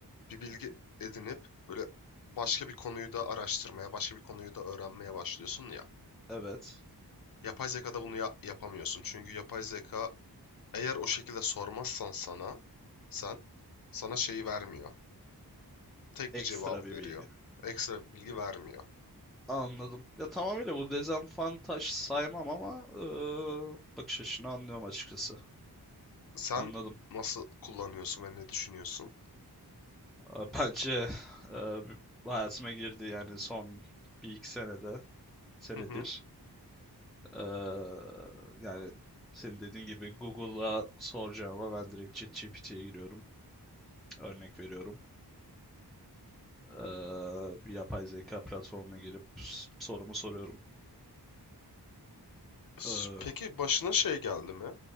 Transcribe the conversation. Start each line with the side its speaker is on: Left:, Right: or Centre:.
Left: bir bilgi edinip böyle başka bir konuyu da araştırmaya, başka bir konuyu da öğrenmeye başlıyorsun ya.
Centre: Evet.
Left: Yapay zekada bunu ya- yapamıyorsun. Çünkü yapay zeka eğer o şekilde sormazsan sana, sen sana şeyi vermiyor. Tek
Centre: Ekstra
Left: bir cevabı
Centre: bir
Left: veriyor.
Centre: bilgi.
Left: Ekstra bir bilgi vermiyor.
Centre: Anladım. Ya tamamıyla bu dezavantaj saymam ama e, bakış açını anlıyorum açıkçası.
Left: Sen
Centre: Anladım.
Left: nasıl kullanıyorsun ve ne düşünüyorsun?
Centre: E, bence e, hayatıma girdi yani son bir iki senede senedir.
Left: Hı hı.
Centre: E, yani senin dediğin gibi Google'a soracağıma ben direkt ChatGPT'ye giriyorum. Örnek veriyorum. Eee, bir yapay zeka platformuna girip sorumu soruyorum.
Left: S-
Centre: Eee,
Left: Peki başına şey geldi mi?